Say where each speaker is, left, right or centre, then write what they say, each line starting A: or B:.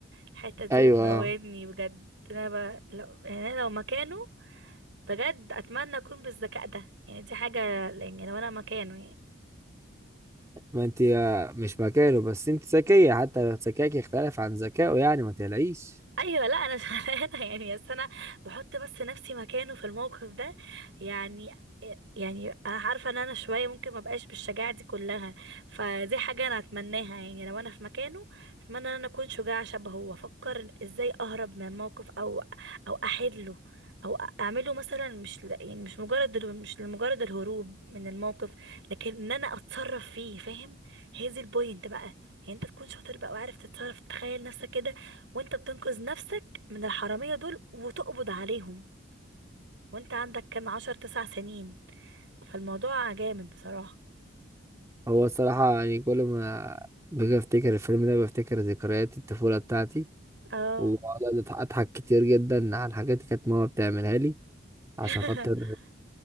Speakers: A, on the right; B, on the right.
A: الحتة دي
B: ايوه
A: بتموتني
B: آه.
A: بجد انا ب... لو... يعني أنا لو مكانه بجد اتمنى اكون بالذكاء ده يعني دي حاجة يعني لو انا مكانه يعني.
B: ما انت مش مكانه بس انت ذكيه حتى ذكائك يختلف عن ذكائه يعني ما تقلقيش
A: ايوه لا انا شغلانه <laughs> يعني بس انا بحط بس نفسي مكانه في الموقف ده يعني يعني انا عارفه ان انا شويه ممكن ما بقاش بالشجاعه دي كلها فدي حاجه انا اتمناها يعني لو انا في مكانه اتمنى ان انا اكون شجاعه شبهه وافكر ازاي اهرب من موقف او او احله او اعمله مثلا مش ل... يعني مش مجرد ال- مش لمجرد الهروب من الموقف لكن ان انا اتصرف فيه فاهم هي دي البوينت بقى يعني انت تكون شاطر بقى وعارف تتصرف تخيل نفسك كده وانت بتنقذ نفسك من الحرامية دول وتقبض عليهم وانت عندك كام عشر تسع سنين فالموضوع جامد بصراحة
B: هو الصراحة يعني كل ما باجي افتكر الفيلم ده بفتكر ذكريات الطفولة بتاعتي
A: اه
B: وبقعد أضح- اضحك كتير جدا على الحاجات اللي كانت ماما بتعملها لي عشان
A: <laughs>
B: خاطر